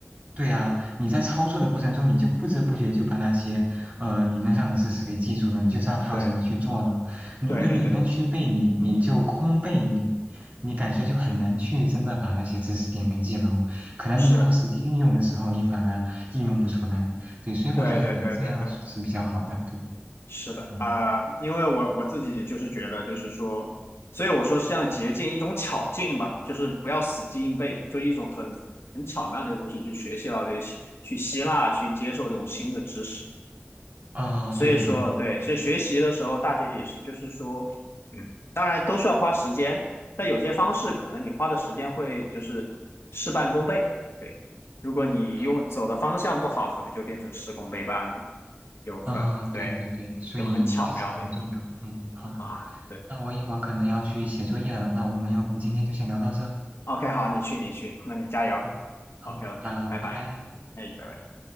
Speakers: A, on the right; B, on the left.
A: 对啊，你在操作的过程中，你就不知不觉就把那些呃理论上的知识给记住了，你就知道它要怎么去做了。
B: 对
A: 你你理论去背，
B: 对对对，
A: 你你就空背，你你感觉就很难去真的把那些知识点给记牢。可能你以后实际运用的时候，
B: 是的，
A: 你反而应用不出来。对，所以我觉得你这样是比较好的。
B: 对对对对对，
A: 对，
B: 是的啊、
A: 嗯，
B: 因为我我自己就是觉得就是说，所以我说是像捷径一种巧劲吧，就是不要死记硬背，就一种很很巧妙的一个东西去学习到这些，去吸纳去接受这种新的知识。
A: 啊，
B: 所以说，
A: 对的，对的，
B: 对，所以学习的时候，
A: 对，
B: 大学也是，就是说，嗯，当然都需要花时间，但有些方式可能你花的时间会就是事半功倍。对，如果你用走的方向不好，
A: 嗯，对，
B: 可能就变成事功倍半，就很对，
A: 啊，对对对，所以技巧很重要。
B: 就很巧妙的一个
A: 嗯，好。
B: 啊。对
A: 那我一会儿可能要去写作业了，那我们要不今天就先聊到这？
B: ，OK，好，你去，你去，那你加油。
A: 好，好，
B: OK，OK，
A: 那拜拜。
B: 拜拜。哎，拜拜。